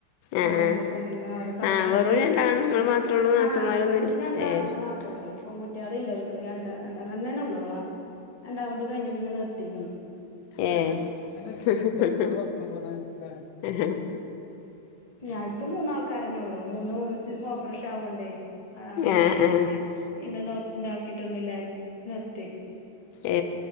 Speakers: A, on the left; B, on the left.
A: ആ
B: ആഹ്
A: ഹോട്ടിലൊക്കെയി
B: ആഹ്
A: നിന്ന് അവരെ കാത്തക്കാനും
B: ആഹ് വെറും രണ്ടാണുങ്ങൾ മാത്രേ ഉള്ളൂ നാത്തൂമാരൊന്നുല്ല
A: ആ മുറിഞ്ഞ എന്താണങ്ങ
B: ഏഹ്
A: മാ <unintelligible> ഇപ്പം കുട്ടികള ല്ലക്ക് രണ്ട രണ്ട് തന്നെ ഉള്ളൂ ആ രണ്ടാമത് കഴിഞ്ഞഞ് പിന്നെ നിർത്തിക്കണം
B: ഏ <unintelligible>
A: <unintelligible> മൂന്നാൾക്കാരന്നെ ഉള്ളൂ മൂന്ന് ഓപ്പറേഷൻ ആവോണ്ടേ ആ പിന്നെ
B: ആഹ്
A: പിന്നെോ <unintelligible> ഇതാക്കിട്ടൊന്നുമില്ല നിർത്തി
B: ഏ